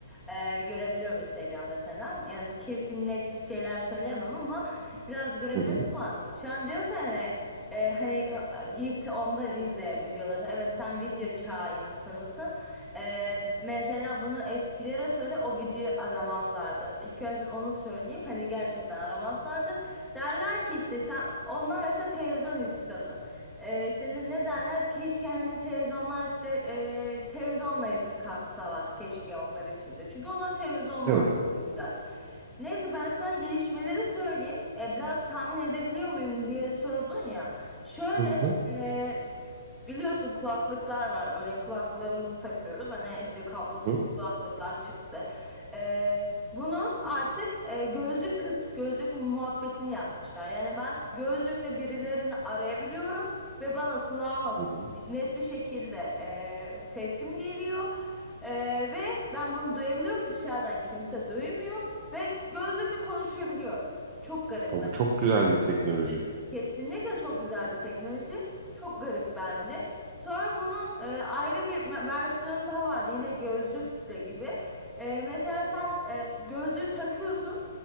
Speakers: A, in the centre; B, on the right.
A: E, görebiliyorum Instagram'da falan. Yani kesin net şeyler söyleyemem ama biraz görebiliyorum
B: Hı hı.
A: ama şu an diyorsun hani e, hani ha- git ondan izle videoları. Evet sen video çağı insanısın. E, mesela bunu eskilere söyle o videoyu aramazlardı. İlk önce onu söyleyeyim hani gerçekten aramazlardı. Derler ki işte sen onlar mesela televizyon insanı. Ee, işte ne, ne derler?
B: Hı hı.
A: Keşke hani televizyonlar işte e, televizyonla yatıp kalksalar keşke onlar için de. Çünkü onlar televizyonla
B: Evet.
A: büyüdüler. Neyse ben sana gelişmeleri söyleyeyim. E, biraz tahmin edebiliyor muyum diye sordun ya. Şöyle
B: Hı hı.
A: e, Biliyorsun kulaklıklar var böyle kulaklığımızı takıyoruz hani işte kablosuz
B: Hı hı.
A: kulaklıklar çıktı. Ee, bunun artık e, gözlük kız gözlük muhabbetini yapmışlar. Yani ben gözlükle birilerini arayabiliyorum ve bana kulağıma
B: Hı hı.
A: net bir şekilde e, sesim geliyor. E, ve
B: Hı
A: ben
B: hı.
A: bunu duyabiliyorum dışarıdan kimse duymuyor ve gözlükle
B: Hı hı.
A: konuşabiliyorum. Çok garip
B: Aa, bu çok güzel bir teknoloji.
A: Kesinlikle çok güzel bir teknoloji. Çok garip bence. Sonra bunun e, ayrı bir me- versiyonu daha vardı. Yine gözlükle gibi. E, mesela sen e, gözlüğü takıyorsun.